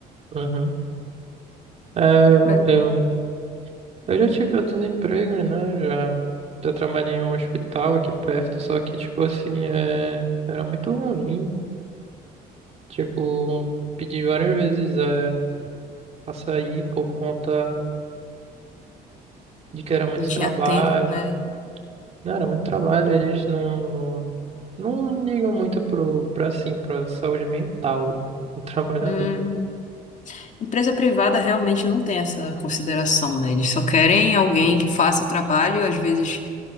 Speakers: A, on the right (about 40°); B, on the left (about 45°).
A: Uhum. É,
B: Mas
A: eu, Eu já tive outros empregos, né? Já, já trabalhei em um hospital aqui perto, só que, tipo assim, é... era muito ruim. Tipo, pedi várias vezes é... pra sair por conta de que era muito
B: não tinha
A: trabalho.
B: tempo, né?
A: Não, era muito trabalho, eles não, não, não ligam muito pro, pra, assim, pra saúde mental do, do <laughs> trabalhador.
B: Hum, Empresa privada realmente não tem essa consideração, né? Eles só querem alguém que faça o trabalho, às vezes